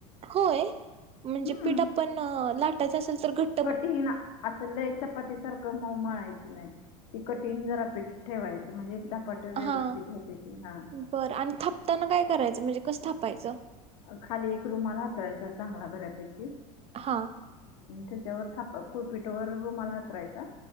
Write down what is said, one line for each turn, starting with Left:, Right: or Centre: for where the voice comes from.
Right: होय... म्हणजे
Left: हम्म
Right: पीठ आपण लाटायचं असल तर घट
Left: कठीण असं लय चपाती सारखं मऊ मळायचं नाई. ती कठीण जरा पीठ ठेवायचं म्हणजे धपाटं व्यवस्थित
Right: हा
Left: होतं ते हा
Right: बरं... आणि थापताना काय करायचं म्हणजे कसं थापायचं?
Left: खाली एक रूमाल हातरायचा चांगला बऱ्यापैकी
Right: हां
Left: त्याच्यावर थापा.. पोळपीठावर रुमाल हातरायचा